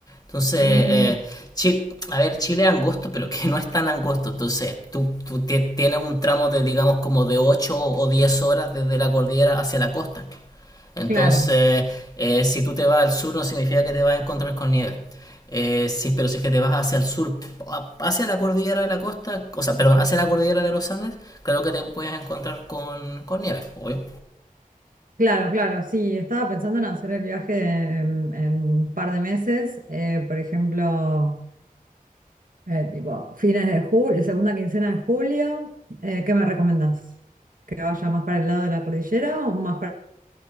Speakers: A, on the left (about 25°); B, on the right (about 65°).
A: Entonces,
B: Ah,
A: eh, Chi- a ver, Chile es angosto, pero que no es tan angosto. Entonces, tú, tú tie- tienes un tramo de, digamos, como de 8 o 10 horas desde la cordillera hacia la costa. Entonces,
B: claro,
A: eh, si tú te vas al sur no significa que te vas a encontrar con nieve. Eh, si- pero si es que te vas hacia el sur, a- hacia la cordillera de la costa, o sea, perdón, hacia la cordillera de los Andes, creo que te puedes encontrar con, con nieve, obvio.
B: claro, claro. Sí, estaba pensando en hacer el viaje en, en un par de meses, eh, por ejemplo, eh, tipo fines de julio, segunda quincena de julio. Eh, ¿qué me recomendás? ¿Que vaya más para el lado de la cordillera o más para